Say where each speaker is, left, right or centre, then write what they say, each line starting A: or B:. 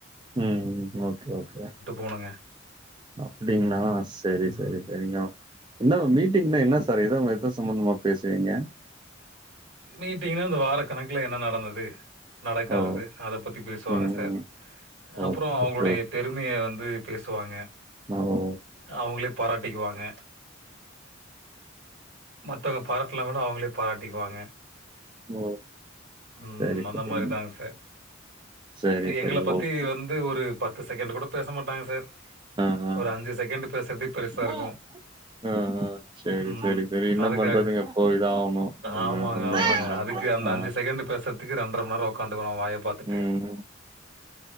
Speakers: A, on the right; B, on the right.
A: ம் ம் ஓகே ஓகே
B: போணுங்க.
A: அப்டிங்களா செரி
B: ம்.
A: செரி செரிங்க என்னவா மீட்டிங்னா என்ன சார் ஏதோ ஏது சம்பந்தமா பேசுவீங்க
B: மீட்டிங்னா இந்த வாரகணக்குல என்ன நடந்தது நடக்காதது
A: ஓ
B: அத பத்தி பேசுவாங்க
A: ம்
B: சார்
A: ம்
B: அப்றோ
A: ஓகே
B: அவங்களுடைய
A: ஓகே
B: பெருமைய வந்து பேசுவாங்க
A: மாஓ
B: அவுங்களே பாராட்டிக்குவாங்க மத்தவங்க பாராட்டல கூட அவுங்களே பாராட்டிக்குவாங்க
A: ஓ
B: உம்
A: சரி
B: அந்த
A: சரிங்க.
B: மாதிரி தா சார்
A: சரி
B: எங்கள
A: சரி
B: பத்தி
A: ஓகே.
B: வந்து ஒரு பத்து செகெண்ட் கூட பேச மாட்டாங்க சார்
A: ஆ ஆ
B: ஒரு அஞ்சு செகெண்டு் பேசுறதே பெருசா இருக்கு
A: ஆ ஆ ஆ. சரி
B: உம்
A: சரி சரி என்ன
B: அதுக்காக
A: பண்றதுங்க போய்தான் ஆவணு. உங்க
B: ஆமாங்க
A: உங்க
B: ஆமாங்க
A: நெலமைல
B: அதுக் அந்த
A: ஆ
B: அஞ்சு செகண்ட் பேசுறதுக்கு ரெண்டரமன்நேரோ ஒக்காந்திருக்கணு வாய பாத்துட்டு
A: ம்